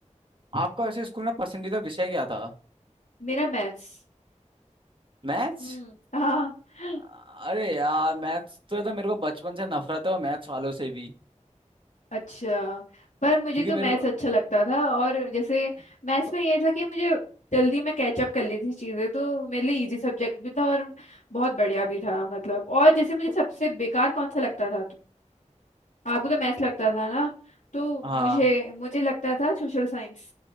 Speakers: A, on the right; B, on the left.
A: आपका ऐसे स्कूल में पसंदीदा विषय क्या था
B: मेरा मैथ्स
A: मैथ्स
B: हम्म हाँ
A: अरे यार मैथ्स तो, तो मेरे को बचपन से नफरत है और मैथ्स वालों से भी
B: अच्छा पर मुझे
A: क्योंकि
B: तो
A: मेरे
B: मैथ्स
A: को
B: अच्छा लगता था और जैसे मैथ्स में ये था कि मुझे जल्दी में कैचअप कर ली थी चीज़ें तो मेरे लिए इजी सब्जेक्ट भी था और बहुत बढ़िया भी था मतलब और जैसे मुझे सबसे बेकार कौन सा लगता था तुम आपको तो मैथ्स लगता था ना तो
A: हाँ
B: मुझे मुझे लगता था सोशल साइंस